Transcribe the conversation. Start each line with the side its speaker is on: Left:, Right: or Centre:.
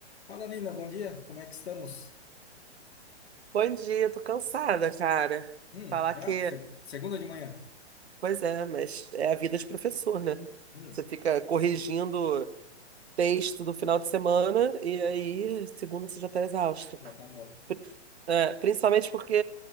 Left: Fala, Nina, bom dia. Como é que estamos?
Right: Bom dia, tô cansada, cara.
Left: Hum,
Right: Falar
Left: já?
Right: que,
Left: Se- segunda de manhã.
Right: pois é, mas é a vida de professor, né?
Left: Hum,
Right: Você fica corrigindo texto do final de semana e aí, segunda, você já tá exausto.
Left: já tá morto.
Right: Pri- é, principalmente porque